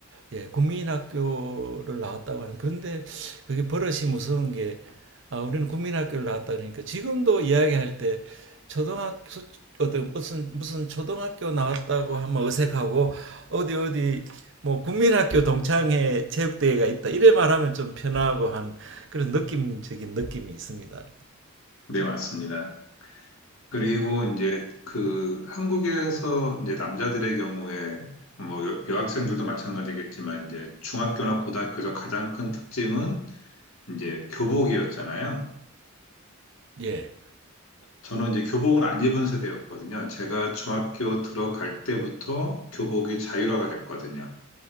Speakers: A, on the right (about 60°); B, on the left (about 75°).
A: 예, 국민학교를 나왔다고 하는데 그런데 그게 버릇이 무서운 게 아, 우리는 국민학교를 나왔다 그러니까 지금도 이야기할 때 초등학교 어떤 무슨 무슨 초등학교 나왔다고 하면 어색하고 어디 어디 뭐 국민학교 동창회 체육대회가 있다 이래 말하면 좀 편하고 한 그런 느낌적인 느낌이 있습니다.
B: 네, 맞습니다. 그리고 이제 그 한국에서 이제 남자들의 경우에 뭐 여- 여학생들도 마찬가지겠지만 이제 중학교나 고등학교에서 가장 큰 특징은 이제 교복이었잖아요.
A: 예.
B: 저는 이제 교복을 안 입은 세대였거든요. 제가 중학교 들어갈 때부터 교복이 자율화가 됐거든요.